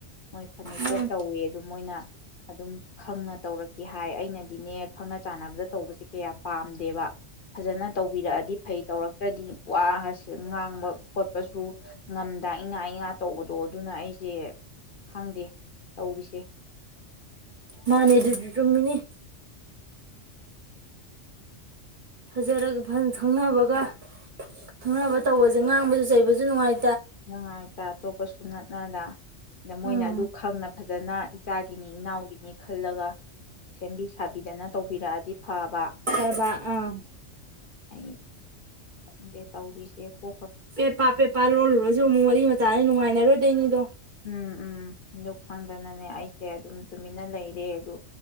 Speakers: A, on the left (about 55°); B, on the right (about 45°).
A: ꯃꯣꯏ ꯐꯔꯅꯤꯆꯔ
B: ꯎꯝ
A: ꯇꯧꯋꯦ ꯑꯗꯨ ꯃꯣꯏꯅ ꯑꯗꯨꯝ ꯈꯪꯅ ꯇꯧꯔꯛꯀꯦ ꯍꯥꯏ ꯑꯩꯅꯗꯤꯅꯦ ꯈꯪꯅ ꯆꯥꯟꯅꯕꯗ ꯇꯧꯕꯁꯦ ꯀꯌꯥ ꯄꯥꯝꯗꯦꯕ ꯐꯖꯅ ꯇꯧꯕꯤꯔꯛꯑꯗꯤ ꯐꯩ ꯇꯧꯔꯛ ꯈꯔꯗꯤ ꯋꯥꯁꯤ ꯉꯥꯡꯕ ꯈꯣꯠꯄꯁꯨ ꯉꯝꯗ ꯏꯉꯥ ꯏꯉꯥ ꯇꯧꯕꯗꯣ ꯑꯗꯨꯅ ꯑꯩꯁꯦ ꯈꯪꯗꯦ ꯇꯧꯔꯤꯁꯦ꯫
B: ꯃꯥꯅꯦ
A: ꯎꯝ
B: ꯑꯗꯨꯁꯨ ꯆꯨꯝꯃꯤꯅꯦ ꯐꯖꯔꯒ ꯐꯟ ꯈꯪꯅꯕꯒ ꯈꯪꯅꯕ ꯇꯧꯕꯁꯦ ꯉꯥꯡꯕꯁꯨ ꯆꯩꯕꯁꯨ ꯅꯨꯡꯉꯥꯏ
A: ꯅꯨꯡꯉꯥꯏꯇ ꯑꯇꯣꯞꯄꯁꯨ ꯅꯠꯅꯗ ꯑꯗ ꯃꯣꯏꯅ
B: ꯎꯝ
A: ꯑꯗꯨ ꯈꯪꯅ ꯐꯖꯅ ꯏꯆꯥꯒꯤꯅꯤ ꯏꯅꯥꯎꯒꯤꯅꯤ ꯈꯜꯂꯒ ꯁꯦꯝꯕꯤ ꯁꯥꯕꯤꯗꯅ ꯇꯧꯕꯤꯔꯛꯑꯗꯤ ꯐꯕ꯫
B: ꯐꯕꯥ ꯑꯥ꯫
A: ꯑꯩ ꯈꯪꯗꯦ ꯇꯧꯔꯤꯁꯦꯀꯣ
B: ꯄꯦ ꯄ ꯄꯦ ꯄ ꯂꯣꯜꯂꯨꯔꯁꯨ ꯑꯃꯨꯛ ꯋꯥꯔꯤꯔꯤ ꯃꯇꯥꯅꯤ ꯅꯨꯡꯉꯥꯏꯅꯔꯣꯏ ꯗꯅꯤꯗꯣ
A: ꯎꯝ ꯎꯝ ꯑꯗꯨ ꯈꯪꯗꯅꯅꯦ ꯑꯩꯁꯦ ꯑꯗꯨꯝ ꯇꯨꯃꯤꯟꯅ ꯂꯩꯔꯦ ꯑꯗꯨ